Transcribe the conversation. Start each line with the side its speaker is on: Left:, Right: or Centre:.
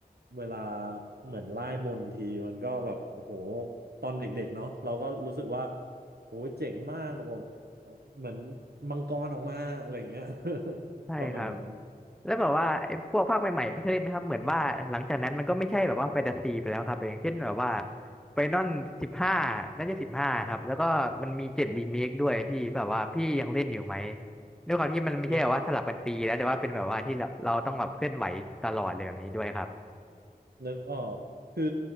Right: เวลาเหมือนไล่มนต์ทีมันก็แบบโอ้โหตอนเด็กๆเนาะเราก็รู้สึกว่าโอ้ยเจ๋งมากแบบเอ่อเหมือนมังกรออกมาอะไรเงี้ย <laughs>
Centre: ใช่ครับ
Right: ประมาณนั้น
Centre: แล้วแบบว่าไอ้พวกภาคใหม่ๆพี่เคยเล่นไหมครับเหมือนว่าหลังจากนั้นมันก็ไม่ใช่แบบว่าแฟนตาซีไปแล้วครับอย่างเช่นแบบว่าไฟนอลสิบห้าน่าจะสิบห้าครับแล้วก็มันมีเจ็ดรีเมคด้วยพี่แบบว่าพี่ยังเล่นอยู่ไหมด้วยความที่มันไม่ใช่แบบว่าสลับกันตีแล้วแต่ว่าเป็นแบบว่าที่เราเราต้องแบบเคลื่อนไหวตลอดเลยแบบนี้ด้วยครับ
Right: อืมนึกออกคือ